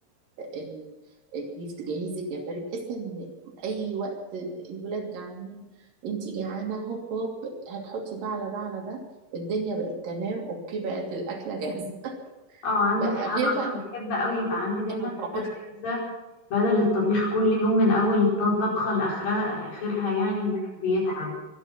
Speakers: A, on the right; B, on the left.
A: ال- البيف تجهزي الجمبري بحيث ان اي وقت الولاد جعانين انت جعانه هوب هوب هتحطي ده على ده على ده الدنيا بقت تمام اوكي بقت الاكله جاهزه <laughs>
B: اه عندك
A: بقى
B: حق
A: غير
B: انا اصلا
A: بقى
B: بحب قوي يبقى عندي دايما
A: وتقعدي
B: حاجات جاهزه بدل الطبيخ كل يوم من اول الط- الطبخه لاخرها اخرها يعني الواحد بيتعب